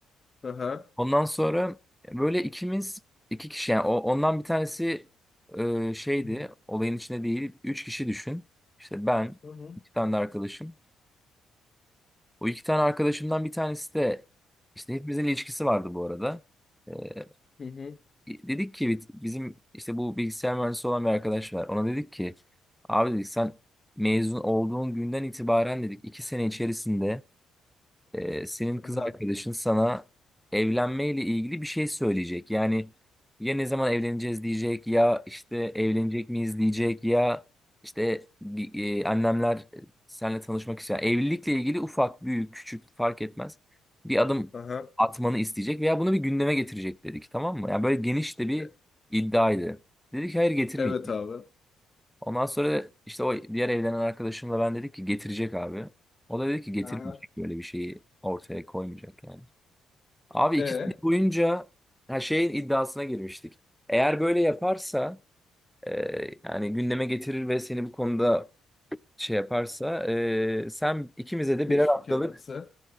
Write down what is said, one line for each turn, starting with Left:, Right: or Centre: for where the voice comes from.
Left: Aha.
Centre: Ondan sonra böyle ikimiz iki kişi yani o, ondan bir tanesi e, şeydi
Left: Hı hı.
Centre: olayın içinde değil. Üç kişi düşün. İşte ben
Left: Hı hı.
Centre: iki tane de arkadaşım. O iki tane arkadaşımdan bir tanesi de işte hepimizin ilişkisi vardı bu arada. Ee,
Left: Hı hı.
Centre: dedik ki biz- bizim işte bu bilgisayar mühendisi olan bir arkadaş var. Ona dedik ki abi dedik sen mezun olduğun günden itibaren dedik iki sene içerisinde ee, senin kız
Left: Aha.
Centre: arkadaşın sana evlenmeyle ilgili bir şey söyleyecek. Yani ya ne zaman evleneceğiz diyecek ya işte evlenecek miyiz diyecek ya işte e, annemler seninle tanışmak istiyor. Evlilikle ilgili ufak, büyük, küçük fark etmez. Bir adım
Left: Aha.
Centre: atmanı isteyecek veya bunu bir gündeme getirecek dedik tamam mı? Yani böyle geniş de bir
Left: E,
Centre: iddiaydı. Dedik hayır getirmeyeceğiz.
Left: evet abi.
Centre: Ondan sonra işte o diğer evlenen arkadaşımla ben dedik ki getirecek abi. O da dedi ki getirmeyecek
Left: Aha.
Centre: böyle bir şeyi ortaya koymayacak yani. Abi
Left: E.
Centre: iki sene boyunca her şeyin iddiasına girmiştik. Eğer böyle yaparsa e, yani gündeme getirir ve seni bu konuda şey yaparsa e, sen ikimize de
Left: Teşvik
Centre: birer haftalık
Left: ederse.